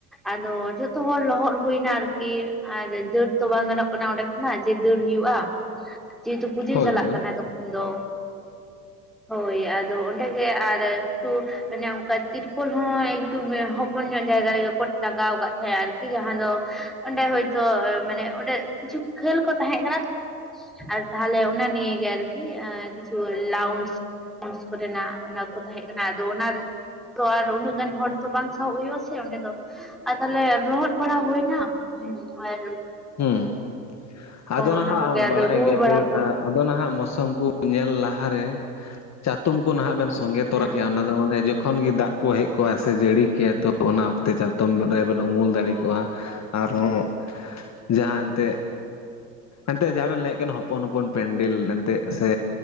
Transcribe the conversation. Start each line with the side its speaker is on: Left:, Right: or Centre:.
Centre: ᱟᱫᱚ ᱡᱚᱛᱚ ᱦᱚᱲ ᱞᱚᱦᱚᱫ ᱦᱩᱭᱱᱟ ᱟᱨᱠᱤ ᱟᱨ ᱫᱟᱹᱲ ᱛᱚ ᱵᱟᱝ ᱜᱟᱱᱚᱜ ᱠᱟᱱᱟ ᱚᱸᱰᱮ ᱠᱷᱚᱱᱟᱜ ᱡᱮ ᱫᱟᱹᱲ ᱦᱩᱭᱩᱜᱼᱟ ᱡᱮᱦᱮᱛᱩ ᱯᱩᱡᱟᱹ
Left: ᱦᱳᱭ
Centre: ᱪᱟᱞᱟᱜ
Left: ᱦᱳᱭ
Centre: ᱠᱟᱱᱟ ᱛᱚᱠᱷᱚᱱ ᱫᱚ ᱦᱳᱭ ᱟᱫᱚ ᱚᱸᱰᱮ ᱜᱮ ᱟᱨ ᱛᱮ ᱚᱱᱠᱟ ᱛᱤᱨᱯᱳᱞ ᱦᱚᱸ ᱮᱠᱴᱩ ᱦᱚᱯᱚᱱ ᱧᱚᱜ ᱡᱟᱭᱜᱟ ᱨᱮᱜᱮ ᱠᱚ ᱴᱟᱸᱜᱟᱣ ᱟᱠᱟᱫ ᱛᱟᱦᱮᱸᱜᱼᱟ ᱟᱨᱠᱤ ᱟᱫᱚᱸ ᱚᱸᱰᱮ ᱦᱚᱭᱛᱳ ᱢᱟᱱᱮ ᱚᱸᱰᱮ ᱠᱤᱪᱷᱩ ᱠᱷᱟᱹᱞ ᱠᱚ ᱛᱟᱦᱮᱸ ᱠᱟᱱᱟ ᱟᱨ ᱛᱟᱦᱮ ᱚᱱᱟ ᱱᱤᱭ ᱜᱮ ᱟᱨᱠᱤ ᱠᱤᱪᱩ ᱞᱩᱱᱰ ᱥ ᱠᱚᱨᱮᱱᱟᱜ ᱚᱱᱟ ᱠᱚ ᱛᱟᱦᱮᱸ ᱠᱟᱱᱟ ᱟᱫᱚ ᱚᱱᱟ ᱛᱚ ᱟᱨ ᱩᱱᱟᱹᱜ ᱜᱟᱱ ᱦᱚᱲ ᱛᱚ ᱵᱟᱝ ᱥᱟᱦᱚᱵ ᱦᱩᱭᱩᱜ ᱟᱥᱮ ᱚᱸᱰᱮ ᱫᱚ ᱟᱨ ᱛᱟᱦᱞᱮ ᱨᱚᱦᱚᱫ ᱵᱟᱲᱟ ᱦᱩᱭᱱᱟ ᱦᱩᱸ ᱟᱨ
Left: ᱦᱩᱸ ᱟᱫᱚ ᱱᱟᱦᱟᱜ
Centre: ᱚᱱᱟ ᱠᱚᱜᱮ ᱟᱫᱚ
Left: ᱵᱟᱲᱟᱭ
Centre: ᱨᱩᱣᱟᱹ
Left: ᱜᱮᱭᱟᱯᱮ
Centre: ᱵᱟᱲᱟ ᱠᱚ
Left: ᱟᱫᱚ ᱱᱟᱦᱟᱜ ᱢᱳᱥᱩᱢ ᱠᱚ ᱧᱮᱞ ᱞᱟᱦᱟᱨᱮ ᱪᱟᱛᱚᱢ ᱠᱚ ᱱᱟᱦᱟᱜ ᱵᱮᱱ ᱥᱚᱸᱜᱮ ᱛᱚᱨᱟ
Centre: ᱦᱮᱸ
Left: ᱠᱮᱭᱟ ᱚᱱᱟ ᱫᱚ ᱢᱟᱱᱮ ᱡᱚᱠᱷᱚᱱ ᱛᱚᱠᱷᱚᱱ ᱜᱮ ᱫᱟᱜ ᱠᱚ ᱦᱮᱡ ᱠᱚᱜᱼᱟ ᱥᱮ ᱡᱟᱹᱲᱤ ᱠᱮᱭᱟ ᱛᱚ ᱚᱱᱟ ᱚᱠᱛᱮ ᱪᱟᱛᱚᱢ ᱨᱮᱵᱮᱱ ᱩᱢᱩᱞ ᱫᱟᱲᱮ ᱠᱚᱜᱼᱟ ᱟᱨᱦᱚᱸ ᱡᱟᱦᱟᱸ ᱮᱱᱛᱜ ᱮᱱᱛᱜ ᱡᱟᱦᱟᱸ ᱵᱮᱱ ᱞᱟᱹᱭᱮᱫ ᱠᱟᱱᱟ ᱦᱚᱯᱚᱱ ᱦᱚᱯᱚᱱ ᱯᱮᱱᱰᱮᱞ ᱮᱱᱛᱮᱫ ᱥᱮ